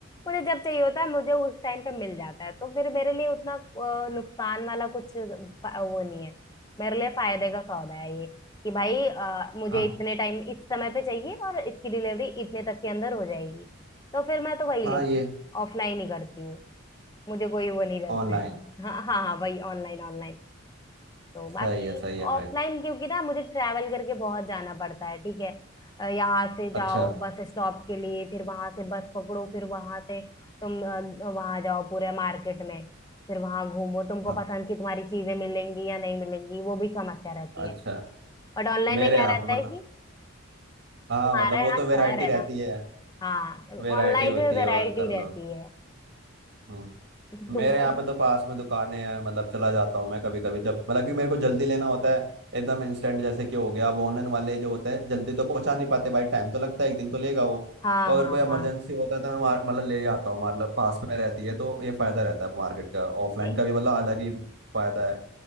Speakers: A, on the left (about 20°); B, on the right (about 50°).
A: मुझे जब चाहिए होता है मुझे उस टाइम पे मिल जाता है तो फिर मेरे लिए उतना अ, नुकसान वाला कुछ फ- वो नहीं है मेरे लिए फायदे का सौदा है ये कि भाई अ, मुझे
B: हाँ
A: इतने टाइम इस समय पे चाहिए और इसकी डिलीवरी इतने तक के अंदर हो जाएगी तो फिर मैं तो वही
B: हाँ
A: लेती
B: ये
A: हूँ ऑफलाइन ही करती हूँ मुझे कोई वो नहीं रहता
B: ऑनलाइन
A: है <laughs> हाँ हाँ हाँ वही ऑनलाइन ऑनलाइन तो बाकी
B: सही है सही है भाई
A: ऑफलाइन क्योंकि ना मुझे ट्रैवल करके बहुत जाना पड़ता है ठीक है अ, यहाँ से जाओ
B: अच्छा
A: बस स्टॉप के लिए फिर वहां से बस पकड़ो फिर वहां से तुम वहां जाओ पूरे मार्केट में फिर वहां घूमो तुमको
B: हाँ,
A: पसंद की तुम्हारी चीजें मिलेंगी या नहीं मिलेंगी वो भी समस्या रहती
B: अच्छा
A: है बट ऑनलाइन
B: मेरे
A: में क्या
B: यहाँ
A: रहता
B: पे
A: है
B: मतलब
A: कि
B: हाँ
A: तुम्हारा
B: मतलब वो
A: यहाँ
B: तो
A: शहर
B: वैरायटी
A: है
B: रहती
A: ना
B: है
A: हाँ
B: वैरायटी
A: ऑनलाइन
B: होती
A: में
B: है
A: वैरायटी
B: और कर लो
A: रहती है
B: हम्म।
A: कि तुमको
B: मेरे यहाँ पे तो पास में दुकानें हैं मतलब चला जाता हूँ मैं कभी कभी जब मतलब कि मेरे को जल्दी लेना होता है एकदम इंस्टेंट जैसे कि हो गया अब ऑनलाइन वाले जो होते हैं जल्दी तो पहुंचा नहीं पाते भाई टाइम तो लगता है एक दिन तो लेगा वो
A: हाँ
B: तो अगर
A: हाँ
B: कोई इमरजेंसी
A: हाँ
B: होता है तो मैं मार- मतलब ले जाता हूँ मतलब पास में रहती है तो ये फायदा रहता है मार्केट का ऑफलाइन
A: ए,
B: का भी मतलब अलग ही फायदा है